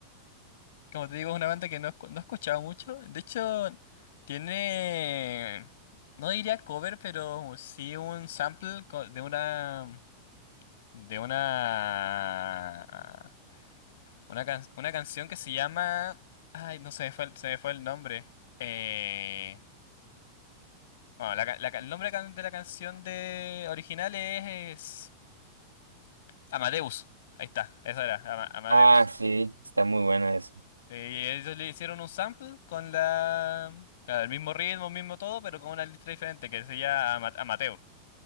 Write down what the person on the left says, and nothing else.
como te digo, es una banda que no, escu- no he escuchado mucho. De hecho, tiene, no diría cover, pero sí un sample co- de una, de una, una, can- una canción que se llama, ay, no se me fue, el- se me fue el nombre. Eh, Bueno, la ca- la ca- el nombre can- de la canción de original es, es Amadeus. Ahí está, esa era, Ama- Amadeus.
Eh, ellos le hicieron un sample con la, claro, el mismo ritmo, mismo todo, pero con una letra diferente que se llama Ama- Amateur.